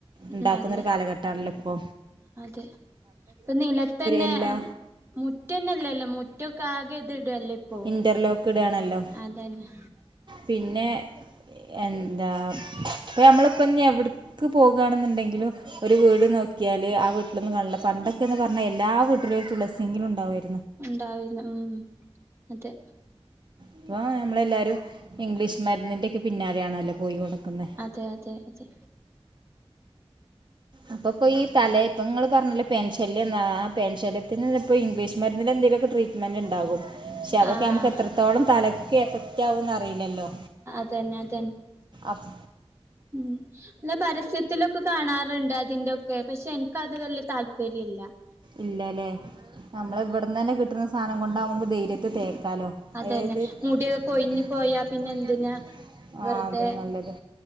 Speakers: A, on the right; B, on the right.
A: ഉണ്ടാക്കുന്നൊരു
B: ഉം അതെ
A: കാലഘട്ടാണല്ലോ ഇപ്പോ
B: അതെ ഇപ്പൊ നിലത്തന്നെ
A: എല്ലാ
B: മുറ്റന്നെല്ലല്ലോ മുറ്റൊക്കെ ആകെ ഇതിട്ട് ടല്ലേ ഇപ്പോ
A: ഇൻ്റർലോക്ക് ഇടുകയാണല്ലോ
B: അതന്നെ
A: പിന്നെ എന്താ ഇപ്പനമ്മളിപ്പം എവിട്ക്ക് പോകാണ്ന്ന്ണ്ടെങ്കിലും ഒരു വീട് നോക്കിയാല് ആ വീട്ടിലൊന്നും കാണില്ല പണ്ടൊക്കെയന്ന് പറഞ്ഞാൽ എല്ലാ വീട്ടിലും തുളസിയെങ്കിലും ഉണ്ടാവുമായിരുന്നു.
B: ഉണ്ടാവില്ല ആഹ് അതെ
A: ഇപ്പൊ നമ്മളെല്ലാരും ഇംഗ്ലീഷ് മരുന്നിന്റെയൊക്കെ പിന്നാലെയാണല്ലോ പോയികൊടുക്കുന്നെ
B: അതെ അതെ അതെ
A: അപ്പൊപ്പയീ തലയിപ്പങ്ങൾ പറഞ്ഞിലെ പേൻ ശ ല്യം ന്ന ആ പേൻ ശല്യത്തിന്പ്പൊ ഇംഗ്ലീഷ് മരുന്നില് എന്തേലുമൊക്കെ ട്രീറ്റ്മെന്റ് ണ്ടാകും പക്ഷെ അതൊക്കെ
B: ആഹ്
A: നമുക്ക് എത്രത്തോളം തലക്ക് എഫക്റ്റാവു ന്നെ റിയില്ലല്ലോ
B: അതന്നെ അതന്നെ
A: അപ്
B: ഉം അല്ല പരസ്യത്തിലൊക്കെ കാണാറുണ്ട് അതിന്റോക്കെ പക്ഷെ എനിക്കതില് വലിയ താല്പര്യ ശരിയല്ല തെ
A: ഇല്ലലേ നമ്മളവ്ടന്നന്നെ കിട്ട്ണസ് സാനം കൊണ്ടാവുമ്പ ധൈര്യ ക്ക് തേക്കാലോ ഏത്
B: അതന്നെ
A: അതായത്
B: മുടിയൊക്കെ കൊഴിഞ്ഞു
A: മുടിയൊക്കെ
B: പോയാ
A: കൊയ്ഞ്
B: പിന്നെ
A: പോയ
B: എന്തിനാ
A: പിന്നെ എന്തിനാ
B: വെറുതെ
A: ആ അതെ നല്ലത്